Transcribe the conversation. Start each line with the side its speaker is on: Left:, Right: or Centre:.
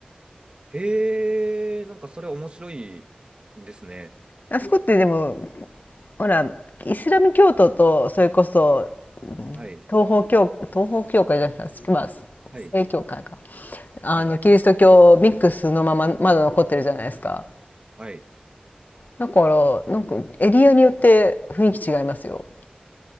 Right: ええなんかそれ面白いですね。
Left: あそこってでもほらイスラム教徒とそれこそ
Right: はい、
Left: 東方教東方教会じゃないですか、まあ、
Right: はい、
Left: 正教会かあのキリスト教ミックスのまままだ残ってるじゃないですか
Right: はい、はい。
Left: だからなんかエリアによって雰囲気違いますよ。